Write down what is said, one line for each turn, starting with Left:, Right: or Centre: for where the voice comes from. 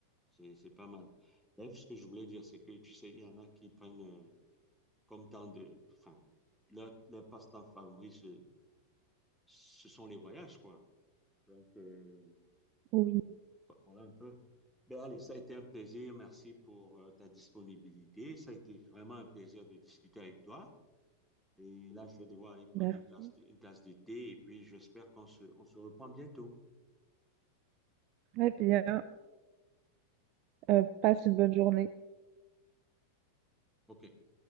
Centre: c'est c'est pas mal. Bref, ce que je voulais dire, c'est que, tu sais, il y en a qui prennent euh, comme temps de... Enfin, leur, leur passe-temps favori, ce, ce sont les voyages, quoi. Donc, euh,
Right: oui,
Centre: voilà un peu. Ben allez, ça a été un plaisir. Merci pour euh, ta disponibilité. Ça a été vraiment un plaisir de discuter avec toi. Et là, je vais devoir aller prendre
Right: merci.
Centre: une tasse de, une tasse de thé et puis j'espère qu'on se, on se reprend bientôt.
Right: Très bien. Euh, passe une bonne journée.
Centre: Ok.